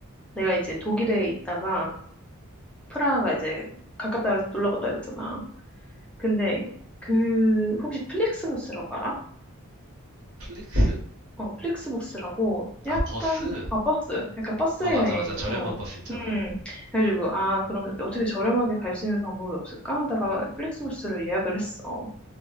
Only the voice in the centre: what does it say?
내가 이제 독일에 있다가, 프라하가 이제 가깝다 그래서 놀러 갔다 그랬잖아. 근데 그 혹시 플릭스부스라고 알아?
어, 플릭스부스라고
약간
아 버스, 약간 버스
여행.
어.
음. 그래가지고 아 그럼 어떻게 저렴하게 갈 수 있는 방법이 없을까 하다가 플릭스부스를 예약을 했어.